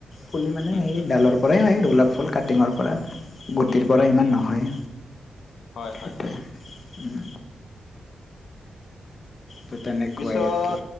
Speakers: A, on the left; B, on the left.
A: পুলি মানে
B: উম,
A: সেই
B: উম,
A: ডালৰ
B: উম,
A: পৰাই আহ োলাপ ফুল কাটিঙৰ পৰা গুটিৰ
B: উম,
A: পৰা
B: উম,
A: ইমান
B: উম,
A: নহয়
B: হয়, হয়,
A: সেইটোৱে
B: হয়।
A: উম ত তেনেেক্ট
B: পিছত
A: ায়াৰ কি